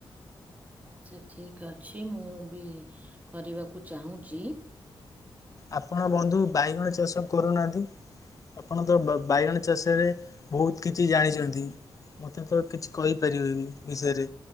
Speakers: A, on the right (about 15°); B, on the left (about 35°).
A: ଆଛା ଠିକ୍ ଅଛି ମୁଁ ବି କରିବାକୁ ଚାହୁଁଚି।
B: ଆପଣ ବନ୍ଧୁ ବାଇଗଣ ଚାଷ କରୁନାଆନ୍ତି। ଆପଣ ତ ବା ବାଇଗଣ ଚାଷରେ ବହୁତ କିଛି ଜାଣିଛନ୍ତି। ମତେ ତ କିଛି କହିପାରିବେନି ବିଷୟରେ